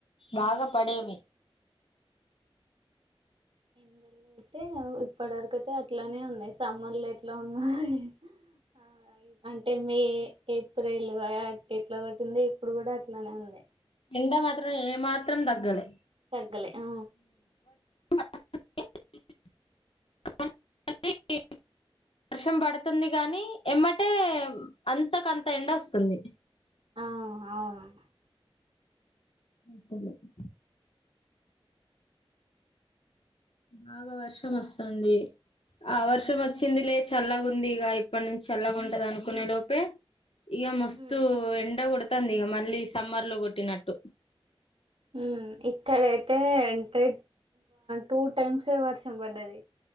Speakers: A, on the left; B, on the right.
A: బాగా
B: ఊ
A: పడేవి
B: ఎండలు అయితే ఇప్పటి వరకయితే అట్లానే ఉన్నాయి సమ్మర్లో ఎట్లా ఉన్నా హ్ ఆ. ఆ ఈ అంటే మే, ఏప్రిల్ యా ఎట్లా కొడ్తుందో ఇప్పుడు గూడా అట్లానే ఉంది.
A: ఎండా మాత్రం ఏమాత్రం దగ్గలే.
B: తగ్గలె ఆ
A: <unintelligible> వర్షం బడతుంది గాని, ఎమ్మటే అంతాకంత ఎండొసుంది.
B: ఆ అవును
A: అంతలేదు బాగా వర్షం వసంది. ఆ వర్షం ఒచ్చింది లే చల్లగుంది ఇగ ఇప్పనుంచి చల్లగుంటదనుకునే లోపే ఇగా మస్తు
B: ఉమ్
A: ఎండ కొడుతుంది ఇక మళ్ళీ సమ్మర్ లో కొట్టినట్టు
B: హ్మ్ ఇక్కడైతే అంటే టూ టైమ్స్ వర్షం పడ్డది